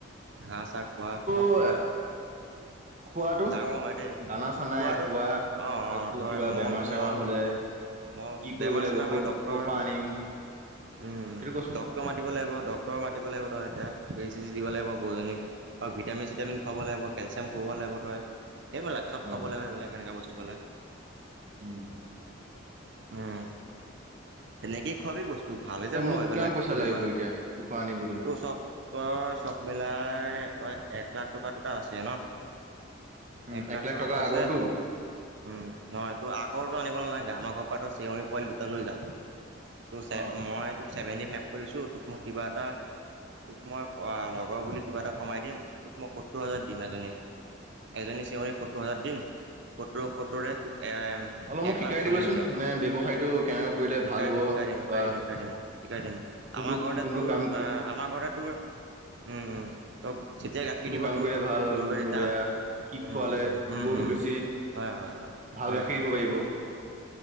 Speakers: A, on the right; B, on the right.
A: ঘাঁহ চাহ খোৱা চব
B: <inaudible>
A: খোৱা
B: খোৱাতটো?
A: ডাঙৰ হয় দেই
B: দানা চানাই
A: খোৱাটোত
B: খোৱা
A: অঁ অঁ
B: তোৰ
A: তই
B: কিবা বেমাৰ
A: মল
B: চেমাৰ
A: মল
B: হ'লে
A: মল
B: কি কৰিব
A: বেমাৰ
B: লাগিব
A: চেমাৰ
B: ঔষধ
A: হ'লে ডক্তৰ
B: ক'ৰ পৰা আনিম
A: উম,
B: সেইটো কচোন
A: ডক্টৰ মাতিব লাগিব ডক্টৰ মাতিব লাগিব তই এতিয়া ব দিব লাগিব গৰুজনীক আৰু ভিটামিন চিটামিন খুৱাব লাগিব কেলচিয়াম খুৱাব লাগিব তই। সেইবিলাক চব
B: অ
A: খোৱাব লাগিব সেইবিলাক এনেকুৱা বস্তুবিলাক।
B: উম
A: উম, তেনেকেই খোৱাবি বস্তু ভাল হৈ যাব
B: এ মোক
A: এইবিলাক
B: কিমান পইচা
A: তোৰ
B: লাগিব
A: ইমান
B: এতিয়া তোৰ পৰা আনিবলৈ
A: তোৰ চব তই চব মিলাই। তই এক লাখ টকা দুটা আছে ন
B: উম
A: এক লাখ টকাৰটো
B: টকাৰ
A: আছে
B: আগৰটো
A: উম, নহয় তোৰ আগৰো আনিব নালাগ গে আমাৰ ঘৰত পৰা তই চেউৰী পোৱালি দুটা লৈ যা তো চে
B: অ
A: মই তোক চেভেনটি ফাইভ ধৰিছো তোক মোক কিবা এটা তোক মই অ, লগৰ বুলি কিবা এটা কমাই দিম তোক মই সত্তৰ হাজাৰ দিম এজনী - এজনী চিউৰিক সত্তৰ হাজাৰ দিম সত্তোৰ- সত্তোৰে তোক
B: অলপ মোক
A: এক
B: শিকাই
A: লাখ চল্লিছ
B: দিবাচোন
A: হাজাৰ।
B: মানে ব্যৱসায়টো কেনেকৈ কৰিলে
A: শিকাই
B: ভাল
A: দিম
B: হ'ব
A: শিকাই দিম শিকাই
B: বা
A: দিম শিকাই দিম শিকাই দিম
B: কোনো
A: আমাৰ ঘৰতে
B: কোনো
A: তোৰ
B: কাম
A: আমাৰ ঘৰতে তোৰ
B: <unintelligible>
A: উম, উম, ত' যেতিয়া গাখীৰ
B: কোনো
A: দিব
B: কাম
A: তোৰ
B: কৰিলে ভাল
A: গৰুৱে
B: কোনো
A: তেতিয়া
B: বেয়া। কি
A: উম,
B: খোৱালে
A: উম, উম,
B: গৰুটো
A: উম,
B: বেছি
A: হয়, হয়, হয়,
B: ভাল
A: হয়,
B: গাখীৰ
A: হয়,
B: দিব পাৰিব।